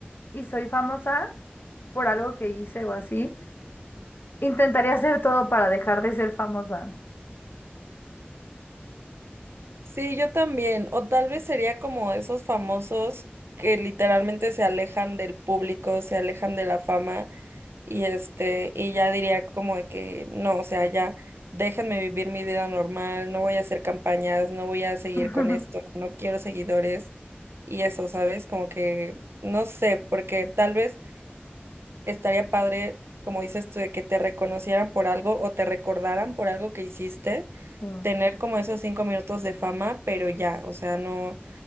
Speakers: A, on the left; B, on the right.
A: y soy famosa por algo que hice o así, intentaría hacer todo para dejar de ser famosa.
B: Sí, yo también, o tal vez sería como esos famosos que literalmente se alejan del público, se alejan de la fama Y este, y ya diría como de que no, o sea, ya déjenme vivir mi vida normal, no voy a hacer campañas, no voy a seguir
A: <laughs>
B: con esto, no quiero seguidores y eso, ¿sabes? Como que no sé, porque tal vez estaría padre, como dices tú, de que te reconocieran por algo o te recordaran por algo que hiciste,
A: Sí.
B: tener como esos cinco minutos de fama, pero ya, o sea, no,